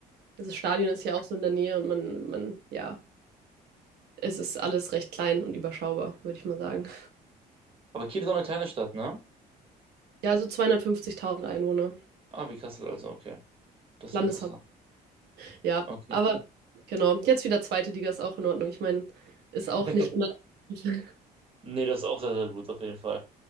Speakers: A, on the right; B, on the right.
A: also das Stadion ist ja auch so in der Nähe und man, man, ja, es ist alles recht klein und überschaubar, würde ich mal sagen.
B: Aber Kiel ist auch eine kleine Stadt, ne?
A: Ja, so 250.000 Einwohner,
B: Ah, wie Kassel also, okay. Das ist
A: Landeshaupt.
B: interessant.
A: Ja,
B: Okay.
A: aber genau. Jetzt wieder zweite Liga ist auch in Ordnung. Ich meine, ist
B: <laughs>
A: auch nicht immer. <laughs>
B: Nee, das ist auch sehr, sehr gut, auf jeden Fall.